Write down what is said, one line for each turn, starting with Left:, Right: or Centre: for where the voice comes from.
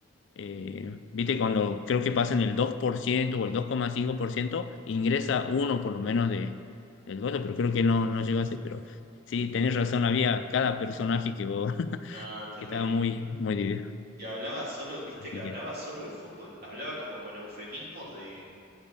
Left: eh, viste, cuando creo que pasan el 2% o el dos coma cinco por ciento ingresa uno por lo menos de, del gozo, pero creo que no, no llegó a ser, pero sí, tenés razón, había cada personaje que, vos- <laughs>
Right: no, terrible.
Left: que estaba muy, muy dividido.
Right: Y hablaba solo, viste
Left: Así
Right: que hablaba
Left: que
Right: solo de fútbol, hablaba como con eufemismos de,